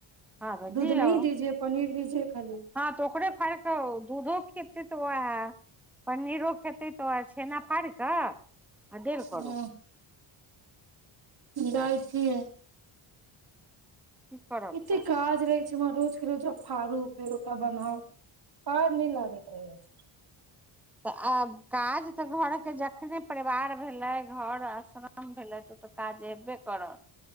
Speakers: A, in the centre; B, on the right.
A: हँ तऽ दियौ
B: दूध नहि दीजिए पनीर दीजिए खाली
A: हँ त ओकरे फारक दूधो खेते त वहे पनीरो खेते तो छेना फार क आ देेल करूँ
B: ह जाइ छियै
A: की करब
B: इते
A: तऽ
B: काज रहै छै रोज के रोजब फाड़ू फेर ओकरा बनाउ पार नहि लागैत रहे छै
A: तऽ आब काज तऽ घरके जखने परिवार भेलै घर स्न कम भेलथि तऽ ओ तऽ काज अयबे करत